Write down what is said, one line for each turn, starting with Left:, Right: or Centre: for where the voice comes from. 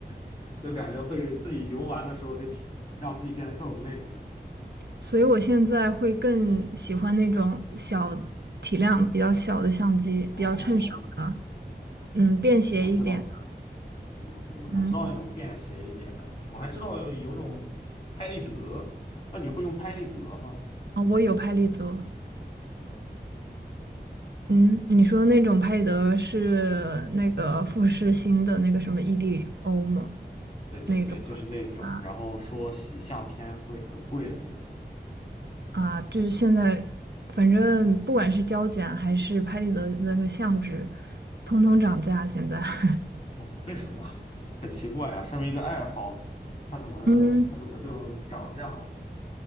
Left: <laughs>，就感觉会自己游玩的时候就挺让自己变得更累了。
Right: 所以我现在会更喜欢那种小体量比较小的相机，
Left: 哦，
Right: 比较趁手的，嗯，便携一点的。
Left: 我知道，嗯嗯，我知道那种便携一点的，
Right: 嗯，
Left: 我还知道有有种拍立得，那你会用拍立得吗？
Right: 啊，我有拍立得。
Left: 哦，
Right: 嗯，你说那种拍立得是那个富士新的那个什么 EVO 吗？
Left: 对对对，
Right: 那种
Left: 就是那种，
Right: 啊
Left: 然后说洗相片会很贵的那种，
Right: 啊，就是现在，反正不管是胶卷还是拍立得的那个相纸，通通涨价现在。<laughs>
Left: 哦为什么？很奇怪啊，身为一个爱好，它怎么它怎么就涨价了？
Right: 嗯，